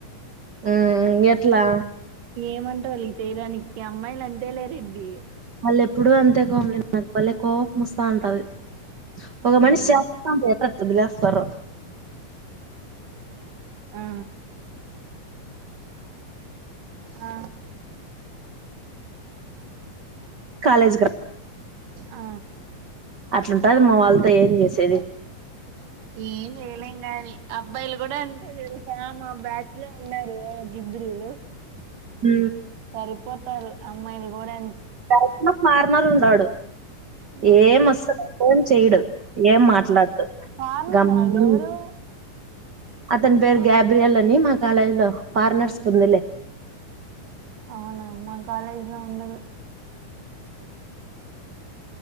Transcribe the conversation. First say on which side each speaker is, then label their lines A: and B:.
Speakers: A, on the right (about 85°); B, on the right (about 70°).
A: అ ఎట్లా
B: ఏమంటా వాళ్ళికి చేయడానికి అమ్మాయిలు అంతే లే రెడ్డి
A: వాళ్ళ ఎప్పుడూ అంతే కోమలి నాకు బళ్ళె కోపంముస్తా అంటది ఒక
B: ఉమ్,
A: మనిషి చేస్తా ఉంటే ఎట్లా తబిలాష్ సార్
B: ఆ ఆ
A: కాలేజ్ కి
B: ఆ
A: అట్లాఉంటది మా వాళ్ళతో ఏం చేసేది
B: ఏం చేయలేం గాని, అబ్బాయిలు కూడా అంతే తెలుసా మా బ్యాచ్ లో ఉన్నారు మా గిద్దరు
A: మ్
B: సరిపోతారు అమ్మాయిలు కూడా
A: <unintelligible> మారనాళండడు
B: ఉమ్,
A: ఏ మస్ ఫోన్ చేయడు ఏం మాట్లాడ్డు
B: ఫార్మలా
A: గంభీ
B: ఎవరు
A: అతని పేరు గ్యాబ్రియల్ అని మా కాలేజ్ లో ఫార్నర్స్
B: ఉమ్,
A: కొందలే
B: అవునా మా కాలేజ్ లో ఉండదు